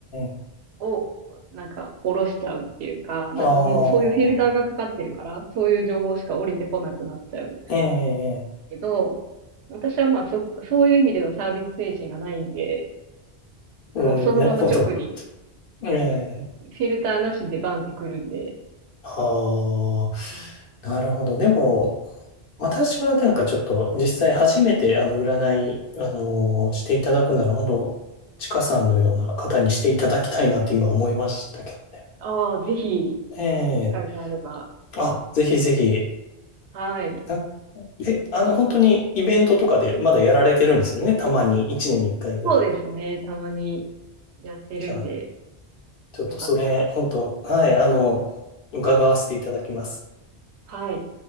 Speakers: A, on the left; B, on the right.
A: え、
B: を、なんか、下ろしちゃうっていうか、なんかもうそういうフィルターがかかってるから、
A: ああ、
B: そういう情報しか降りてこなくなっちゃう
A: ええ、
B: けど、私はまあそ、そういう意味でのサービス精神がないんで、
A: うん、
B: もうそのまま直に
A: なるほど。ええ、
B: フィルターなしでバンってくるんで、
A: あ
B: うん
A: あ、なるほど。でも、私はなんかちょっと実際初めてあの占い、あのーしていただくなら本当、ちかさんのような方にしていただきたいなって今思いましたけどね。
B: ああ、ぜひ、
A: ええ
B: 機会があれば。
A: あ、ぜひぜひ。
B: はい。
A: なえ、あの本当にイベントとかでまだやられてるんですよね。たまに1年に1回ぐらい。
B: そうですね、たまに。やってるんで、
A: じゃあ、ちょっとそれ、
B: よかったら。
A: 本当、はい、あの、伺わせていただきます。
B: はい。